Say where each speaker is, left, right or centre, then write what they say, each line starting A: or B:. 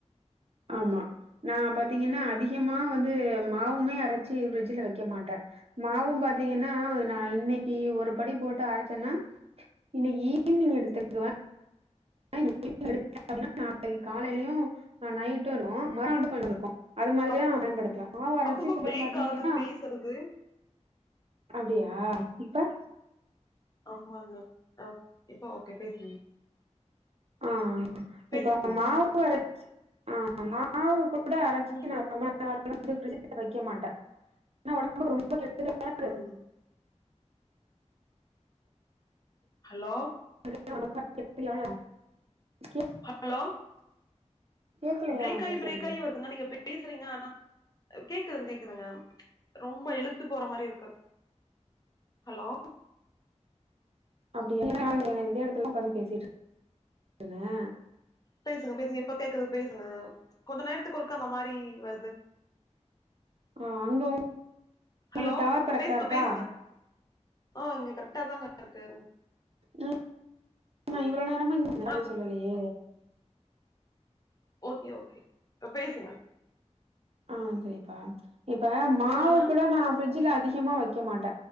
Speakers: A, on the right; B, on the left.
A: ஆமா நா பாத்தீங்கன்னா அதிகமா வந்து மாவுமே அரச்சு பிரிட்ஜ்ல வைக்க மாட்டே மாவும் பாத்தீங்கன்னா நா இன்னைக்கு ஒரு படி போட்டு அரச்சென்னா இன்னைக்கு ஈவினிங் எடுத்துக்குவே ஈவினிங் எடுக்க அப்டின்னா நாளைக்கு காலையிலயு நைட்டு இருக்கும் மறுநாள் கொஞ்சருக்கு அது மாரிதா
B: அப்
A: நா பயன்படுத்துவே மாவு அறச்சி
B: அப்பப்ப
A: சிலர
B: பிரேக்
A: பாத்தீங்கன்னா
B: ஆகுது பேசுறது
A: அப்டியா இப்ப
B: ஆமாங்க அ இப்ப ஓகே பேசுறீங்க
A: ஆ
B: பேசுங்க
A: இப்ப மாவு அரச்சி ஆ மாவு கூட அரச்சி
B: பேசு
A: நா சமா நா வந்து ஃப்ரிட்ஜ்ல வைக்க மாட்டே ஏனா ஒடம்புக்கு ரொம்ப கெடுதியான
B: ம் ஹலோ
A: <inaudible> கே
B: ஹலோ
A: கேக்கலையா
B: பிரேக்
A: நான்
B: ஆகி
A: பேசுறது
B: பிரேக் ஆகி வருதுங்க நீங்க பேசுறீங்க ஆனா கேக்குதுங்க கேக்குதுங்க ரொம்ப இழுத்து போற மாரி இருக்கு ஹலோ
A: அப்டியா இதே எடத்துல உக்காந்து பேசிட்டு இருந்தே
B: பேசுங்க பேசுங்க இப்ப கேக்குது பேசுங்க கொஞ்ச நேரத்துக்கு ஒருக்க அந்த மாரி வருது
A: ஆ அங்க உங் உங்களுக்கு
B: ஹலோ
A: டவர் கரெக்டா
B: பேசுங்க
A: இருக்கா
B: பேசுங்க ஆ இங்க கரெக்ட்டா தாங்க இருக்கு
A: ம் நா
B: ம்
A: இவ்ளோ. நேரமா இன்னு பதில்
B: அப்
A: சொல்லலையே
B: ஓகே ஓகே அ பேசுங்க
A: ஆ சரிப்பா இப்ப மாவு
B: சொல்லுங்க
A: கூட நா ஃப்ரிட்ஜ் ல அதிகமா வக்க மாட்ட